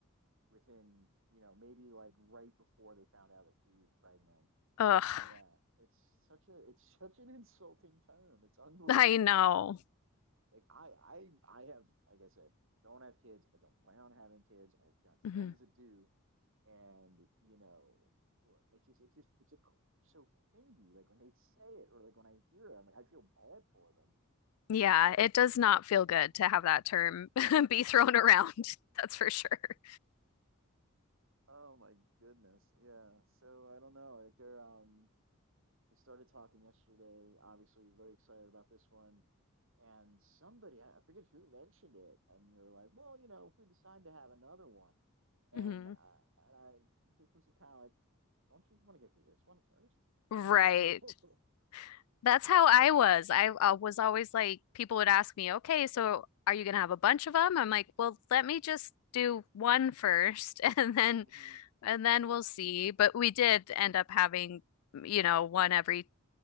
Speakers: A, on the right; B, on the left.
A: within, you know, maybe like right before they found out that she was pregnant
B: Ugh,
A: And yeah, it's such a it's <laughs> such an insulting term. It's unbelievable.
B: I know.
A: Like I I I have like I said, don't have kids. I don't plan on having kids. I've got friends
B: Mhm.
A: that do, and you know, wha- it's just it's just it's a, cr- so cringy. Like when they say it, or like when I hear it, I'm like I feel bad for them.
B: Yeah, it does not feel good to have that term <laughs> be thrown around. <laughs> That's for sure.
A: Oh my goodness, yeah. So I don't know. Like they're um, they started talking yesterday. Obviously, very excited about this one And somebody, I I forget who mentioned it, and they were like, "Well, you know, if we decide to have another one," and
B: hmm
A: I, and I just was kind of like, "Don't you just want to get through this one first? <laughs>
B: Right.
A: You know?
B: That's how I was. I, uh was always like, people would ask me, okay, so are you going to have a bunch of them? I'm like, well, let me just do one first <laughs> and
A: <laughs>
B: then,
A: hmm
B: and then we'll see. But we did end up having, you know, one every